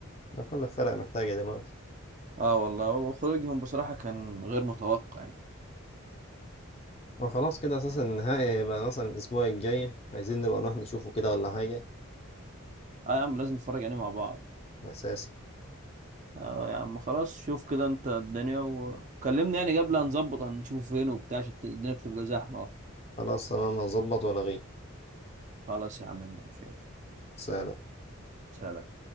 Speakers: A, on the left (about 30°); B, on the right (about 35°).
A: ده كل الفرق محتاجة دلوقتي
B: اه والله وخروجهم بصراحة كان غير متوقع يعني
A: وخلاص كده اساسا النهائي هيبقى مثلا الاسبوع الجاي عايزين نبقى نروح نشوفه كده ولا حاجة
B: اه يا عم لازم نتفرج عليه مع بعض
A: اساسي
B: اه يا عم خلاص شوف كده انت الدنيا وكلمني يعني قبل هنظبط هنشوف فين وبتاع عشان الدنيا بتبقى زحمة
A: خلاص تمام هظبط ولا غير
B: خلاص يا عم ماشي قشطة.
A: سلام
B: سلام